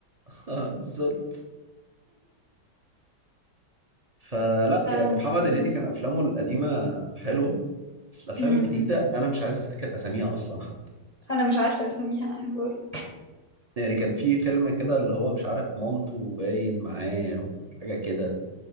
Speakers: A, on the right (about 30°); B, on the left (about 30°).
A: <laughs> بالظبط فلا
B: ف م-
A: يعني محمد هنيدي كان افلامه القديمه حلوه بس الافلام
B: م-
A: الجديده انا مش عايز افتكر اساميها اصلا حتى
B: انا مش عارفه اسميها احب اقول
A: يعني كان في فيلم كده اللي هو مش عارف مامته باين معاه وحاجه كده